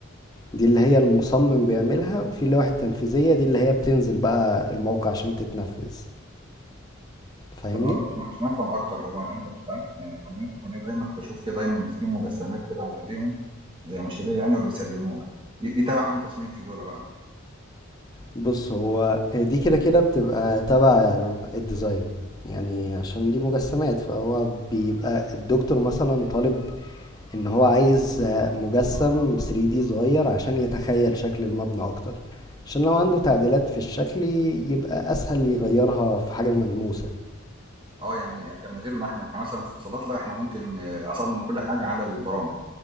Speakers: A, on the left; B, on the right.
A: دي اللي هي المصمم بيعملها وفي لوحة تنفيذية دي اللي هي بتنزل بقى الموقع عشان تتنفذ فاهمني
B: طب عايز عشان عشان أفهم أكتر هو أنا كنت ساعات آآ عندنا في الكلية دايمًا كنت أشوف كده دايمًا ماسكين مجسمات كده على إيديهم زي مشاريع يعني وبيسلموها، دي دي تبع أنهي تصميم في دُولة بقى؟
A: بص هو دي كده كده بتبقى تبع الديزاين يعني عشان دي مجسمات فهو بيبقى الدكتور مثلا طالب ان هو عايز آه، مجسم 3D صغير عشان يتخيل شكل المبنى اكتر عشان لو عنده تعديلات في الشكل يبقى اسهل يغيرها في حاجة ملموسة
B: آه، يعني يعني غيرنا إحنا، إحنا مثلًا في اتصالات لأ، إحنا ممكن آه، أصمم كل حاجة على البرامج